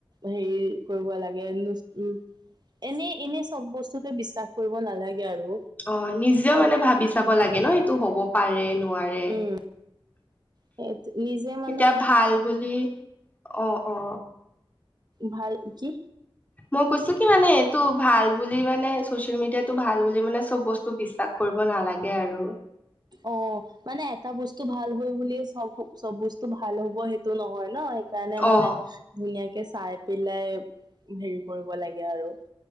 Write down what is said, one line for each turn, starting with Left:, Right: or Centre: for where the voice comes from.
Right: হেৰি কৰিব লাগে উম। এনেই-এনেই চব বস্তুতে বিশ্বাস কৰিব নালাগে আৰু।
Left: অহ নিজেও
Right: অ
Left: মানে ভাবি চাব লাগে ন' এইটো হব পাৰে নোৱাৰে
Right: উম সেইট- নিজে মানে
Left: এতিয়া ভাল বুলি। অ-অ।
Right: ভাল কি
Left: মই কৈছো কি মানে এইটো ভাল বুলি মানে। মানে চচিয়েল মিডিয়াটো ভাল বুলি মানে চব বস্তু বিশ্বাস কৰিব নালাগে আৰু।
Right: অ মানে এটা বস্তু ভাল হয় বুলিয়ে চব চব বস্তু ভাল হ'ব সেইটো নহয়। ন' সেইকাৰণে মানে
Left: অ
Right: ধুনীয়াকে চাই পেলাই হেৰি কৰিব লাগে আৰু